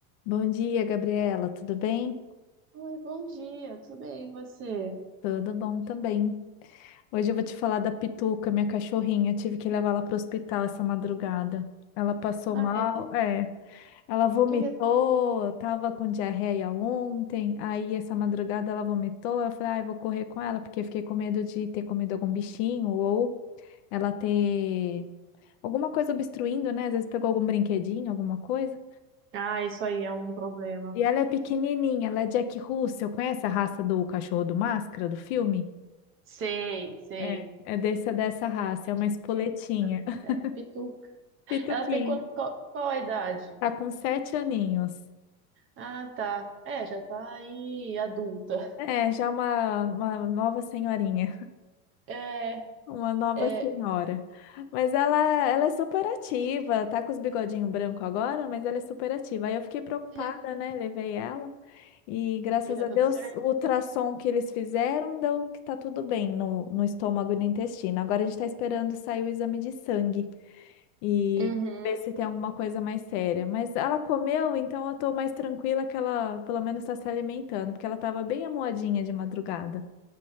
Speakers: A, on the left; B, on the right.
A: Bom dia, Gabriela. Tudo bem?
B: Oi, bom dia, tudo bem, e você?
A: Tudo bom também. Hoje eu vou te falar da Pituca, minha cachorrinha. Eu tive que levá-la para o hospital essa madrugada. Ela passou
B: Ah,
A: mal,
B: é?
A: é. Ela vomitou,
B: Que que- é?
A: tava com diarreia ontem. Aí essa madrugada ela vomitou. Eu falei, ah, eu vou correr com ela, porque eu fiquei com medo de ter comido algum bichinho ou ela ter alguma coisa obstruindo, né? Às vezes pegou algum brinquedinho, alguma coisa.
B: Ah, isso aí é um problema.
A: E ela é pequenininha, ela é Jack Russell. Conhece a raça do cachorro do Máscara, do filme?
B: Sei, sei.
A: É, é desse, é dessa raça,
B: Piquititico,
A: é uma espoletinha.
B: então.
A: <laughs>
B: É, pituca.
A: Pituquinho.
B: Ela tem quanto, qual, qual a idade?
A: Tá com sete aninhos.
B: Ah, tá. É, já tá aí adulta.
A: É, já uma, uma nova senhorinha.
B: É,
A: Uma nova
B: é.
A: senhora. Mas ela, ela é super ativa, tá com os bigodinhos branco agora, mas ela é super ativa. Aí eu fiquei preocupada,
B: <laughs>
A: né? Levei ela. E graças
B: E tá
A: a
B: tudo
A: Deus,
B: certo?
A: o ultrassom que eles fizeram deu que tá tudo bem no, no estômago e no intestino. Agora a gente tá esperando sair o exame de sangue e
B: Uhum,
A: ver se tem alguma coisa mais séria. Mas ela comeu, então eu tô mais tranquila que ela pelo menos tá se alimentando, porque ela tava bem amuadinha de madrugada.